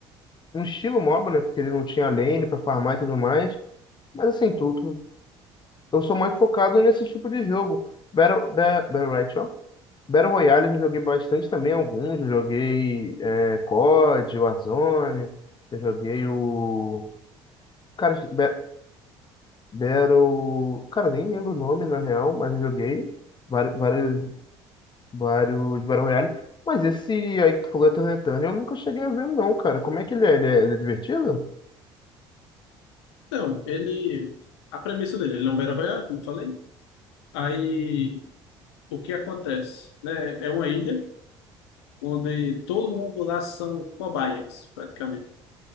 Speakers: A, on the left; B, on the left.
A: um estilo MOBA, né? Porque ele não tinha lane pra farmar e tudo mais. Mas assim, tudo Eu sou mais focado nesse tipo de jogo. Battle, Ba- Battle, Royale, ó. Battle Royale eu já joguei bastante também, alguns. Eu joguei é, COD, Warzone, eu joguei o. Cara, acho que Ba- Battle. Cara, nem lembro o nome na real, mas eu joguei vários vários, vários, Battle Royale. Mas esse aí que tu falou, Ethan Return, eu nunca cheguei a ver, não, cara. Como é que ele é? Ele é, ele é divertido?
B: Então, ele. A premissa dele, ele é um Battle Royale, como eu falei. Aí O que acontece, né? É uma ilha onde todo mundo lá são cobaias, praticamente.